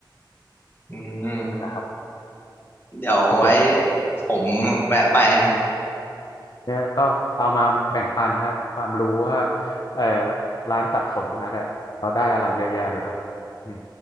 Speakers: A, on the left; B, on the left.
A: อืม
B: นั่นแหละครับ
A: เดี๋ยวไว้
B: ถ้าเกิด
A: ผมแวะไปฮะ
B: เนี่ยก็เอามาแบ่งปันฮะความรู้ว่าเอ่อร้านตัดขนสุนัขอะเราได้อะไรเยอะแยะเลยครับอืม